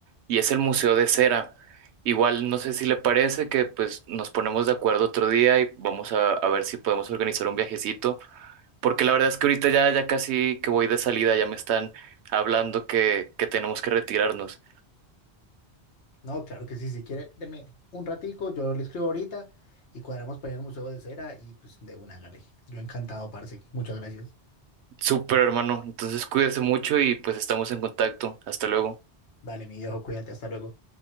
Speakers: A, on the right; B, on the left.
A: y es el Museo de Cera. Igual, no sé si le parece que pues nos ponemos de acuerdo otro día y vamos a, a ver si podemos organizar un viajecito, porque la verdad es que ahorita ya, ya casi que voy de salida, ya me están hablando que, que tenemos que retirarnos.
B: No, claro que sí. Si quiere, deme un ratico, yo le escribo ahorita y cuadramos para ir al Museo de Cera y pues de una, hágale. Yo encantado, parce. Muchas gracias.
A: Súper, hermano, entonces cuídese mucho y pues estamos en contacto. Hasta luego.
B: Dale, mi viejo, cuídate, hasta luego.